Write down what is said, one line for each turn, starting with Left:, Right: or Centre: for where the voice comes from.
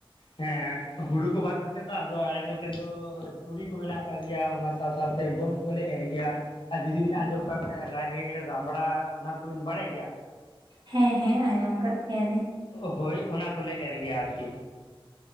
Left: ᱦᱮᱸ ᱦᱩᱲᱩ ᱠᱚ ᱵᱟᱫᱽ ᱠᱟᱛᱮ ᱫᱚ ᱟᱫᱚ ᱟᱞᱮ ᱱᱚᱛᱮ ᱫᱚ ᱛᱩᱲᱤ ᱠᱚ ᱢᱮᱱᱟᱜ ᱟᱠᱟᱫ ᱜᱮᱭᱟ ᱚᱱᱟ ᱥᱟᱶ ᱥᱟᱶᱛᱮ ᱜᱚᱢ ᱠᱚᱞᱮ ᱮᱨ ᱜᱮᱭᱟ ᱟᱨ ᱡᱩᱫᱤ ᱵᱤᱱ ᱟᱸᱡᱚᱢ ᱠᱟᱜ ᱠᱷᱟᱡ ᱨᱟᱦᱮᱲ ᱨᱟᱢᱲᱟ ᱚᱱᱟ ᱠᱚᱵᱤᱱ ᱵᱟᱲᱟᱭ ᱜᱮᱭᱟ
Right: ᱦᱮᱸ ᱦᱮᱸ ᱟᱸᱡᱚᱢ ᱠᱟᱫ ᱠᱮᱭᱟᱞᱤᱧ
Left: ᱦᱳᱭ ᱚᱱᱟ ᱠᱚᱞᱮ ᱮᱨ ᱜᱮᱭᱟ ᱟᱨᱠᱤ